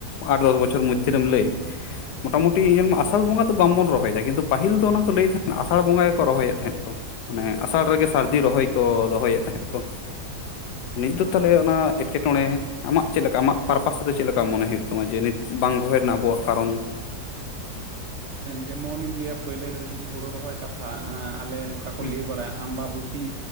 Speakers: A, on the left (about 80°); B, on the right (about 65°).
A: ᱟᱴ ᱫᱚᱥ ᱵᱚᱪᱷᱚᱨ ᱢᱚᱪᱟᱹᱫ ᱨᱮᱢ ᱞᱟᱹᱭ ᱢᱚᱴᱟᱢᱩᱴᱤ ᱧᱮᱞ ᱢᱮ ᱟᱥᱟᱲ ᱵᱚᱸᱜᱟ ᱫᱚ ᱵᱟᱝᱵᱚᱱ ᱨᱚᱦᱚᱭᱮᱫᱟ ᱠᱤᱱᱛᱩ ᱯᱟᱹᱦᱤᱞ ᱫᱚ ᱚᱱᱟ ᱠᱚ ᱞᱟᱹᱭᱮᱫ ᱛᱟᱦᱮᱸᱫᱱᱟ ᱟᱥᱟᱲ ᱵᱚᱸᱜᱟ ᱜᱮᱠᱚ ᱨᱚᱦᱚᱭᱮᱫ ᱛᱟᱦᱮᱸᱫ ᱠᱚ। ᱢᱟᱱᱮ ᱟᱥᱟᱲ ᱨᱮᱜᱮ ᱥᱟᱹᱨᱫᱤ ᱨᱚᱦᱚᱭ ᱠᱚ ᱫᱚᱦᱚᱭᱮᱫ ᱛᱟᱦᱮᱸᱫ ᱠᱚ। ᱱᱤᱛ ᱫᱚ ᱛᱟᱦᱚᱞᱮ ᱚᱱᱟ ᱮᱴᱠᱮᱴᱚᱬᱮ ᱟᱢᱟᱜ ᱪᱮᱫ ᱞᱮᱠᱟ ᱟᱢᱟᱜ ᱯᱟᱨᱯᱟᱥ ᱛᱮᱫᱚ ᱪᱮᱫ ᱞᱮᱠᱟ ᱢᱚᱱᱮ ᱦᱩᱭᱩᱜ ᱛᱟᱢᱟ ᱡᱮ ᱱᱤᱛ ᱵᱟᱝ ᱨᱚᱦᱚᱭᱱᱟ ᱟᱵᱚᱣᱟᱜ ᱠᱟᱨᱚᱱ
B: ᱡᱮᱢᱚᱱᱤᱧ ᱞᱟᱹᱭᱟ ᱯᱩᱭᱞᱩ ᱨᱮᱫᱚ ᱡᱩᱫᱤ ᱦᱩᱲᱩ ᱨᱚᱦᱚᱭ ᱠᱟᱛᱷᱟ ᱟᱞᱮ ᱱᱚᱝᱠᱟ ᱠᱚ
A: ᱦᱮᱸ
B: ᱞᱟᱹᱭ ᱵᱟᱲᱟᱭᱟ ᱟᱢᱵᱟᱵᱩᱤ ᱛᱤ